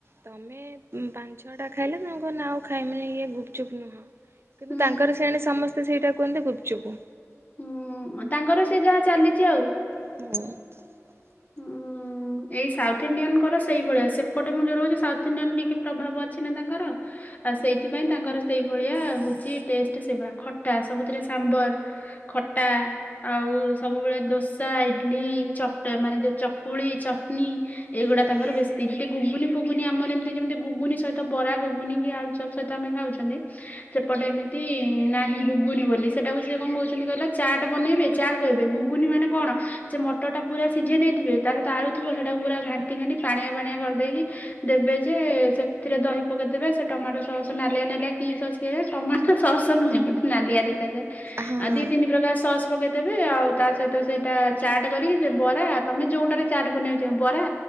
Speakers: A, on the right (about 55°); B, on the left (about 35°).
A: ତମେ ପାଞ୍ଚ ଛଅ ଟା ଖାଇଲେ, ତାଙ୍କ ନା ଆଉ ଖାଇ ମ ଇଏ ଗୁପଚୁପ୍ ନୁହଁ। କିନ୍ତୁ
B: ହୁଁ
A: ତାଙ୍କର ସେଣେ ସମସ୍ତେ ସେଇଟା କୁହନ୍ତି ଗୁପଚୁପୁ।
B: ହୁଁ ତାଙ୍କର ସେ ଯାହା ଚାଲିଛି ଆଉ।
A: <inaudible> <unintelligible>
B: ହୁଁ ଏଇ ସାଉଥ ଇଣ୍ଡିଆନଙ୍କର ସେଇଭଳିଆ ସେପଟେ ମୁଁ ଜୋଉରହଉଛି ସାଉଥ ଇଣ୍ଡିଆନ୍ ଟିକେ ପ୍ରଭାବ ଅଛି ନା ତାଙ୍କର। ଆଉ ସେଇଥିପାଇଁ ତାଙ୍କର ସେଇଭଳିଆ ହଉଛି ଟେଷ୍ଟ ସେଇଭଳିଆ ଖଟା ସବୁଥିରେ ସାମ୍ବର ଖଟା ଆଉ ସବୁବେଳେ ଦୋସା ଇଡଲି ଚଟ ମାନେ ଯୋଉ ଚକୁଳି ଚଟନୀ ଏଇଗୁଡା
A: ହୁଁ
B: ତାଙ୍କର ବେଶୀ। ସେଠି ଗୁଗୁନି ଫୁଗୁନି ଆମର ଏମିତି ଯେମିତି ଗୁଗୁନ ସହିତ ବରା ଗୁଗୁନି କି ଆଳୁ ଚପ ସହିତ ଆମେ ଖାଉଛନ୍ତି ସେପଟେ ଏମିତି ନାହିଁ ଗୁଗୁନ ବୋଲି ସେଟାକୁ ସିଏ କଣ କହୁଛନ୍ତି କହିଲା ଚାଟ ବନେଇବେ ଚାର କହିବେ ଗୁଗୁନି ମାନେ କଣ ସେ ମଟରଟା ପୁରା ସିଝେଇ ଦେଇଥିବ ତା ସହିତ ଆଳୁ ଥିବ ସେଇଟା ପୁରା ଘାଣ୍ଟି ଘାଣ୍ଟି ପାଣିଆ ପାଣିଆ କରିଦେଇକି ଦେବେ ଯେ ସେଥିରେ ଦହି ପକେଇଦବେ ସେ ଟମାଟୋ ସସ୍ ନାଲିଆ ନାଲିଆ କି ସସ୍ ସେ ଟମାଟୋ ସସ୍ ନୁହେଁ ବୋଧେ ନାଲିଆ ଦେଖାଯାଏ
A: ହଁ
B: ଆଉ ଦି ତିନି ପ୍ରକାର ସସ୍ ପକେଇଦେବେ ଆଉ ତା ସହିତ ସେଇଟା ଚାଟ୍ କରିକି ବରା ତମେ ଯୋଉଟାରେ ଚାଟ ବନେଇଛ ବରା